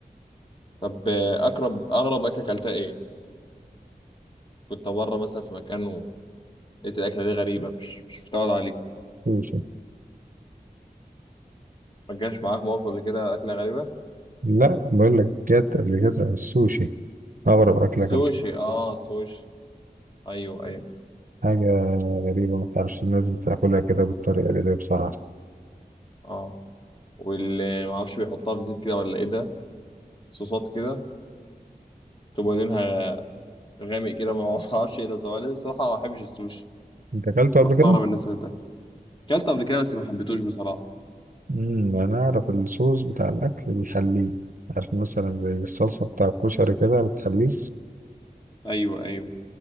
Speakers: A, on the left (about 30°); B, on the right (about 60°).
A: طب آه، اقرب اغرب اكله اكلتها ايه كنت بره مثلا في مكان ولقيت الاكله دي غريبه مش مش متعود عليه
B: سوشي
A: ما جاش معاك موقف قبل كده اكله غريبه
B: لا بقول لك جت قبل كده السوشي أغرب أكلة أكلتها
A: سوشي اه سوشي ايوه ايوه
B: حاجة غريبة ما تعرفش الناس بتاكلها كده بالطريقة دي ليه بصراحة
A: اه واللي ما اعرفش بيحطها في زيت كده ولا ايه ده صوصات كده تبقى لونها غامق كده ما <laughs> اعرفش ايه ده بصراحه أنا الصراحه ما بحبش السوشي
B: أنت أكلته قبل
A: بستغرب
B: كده؟
A: الناس اللي بتاكل اكلت قبل كده بس ما حبيتوش بصراحه
B: امم أنا أعرف الصوص بتاع الأكل بيحليه عارف مثلا زي الصلصة بتاع الكشري كده بتحليه
A: ايوه ايوه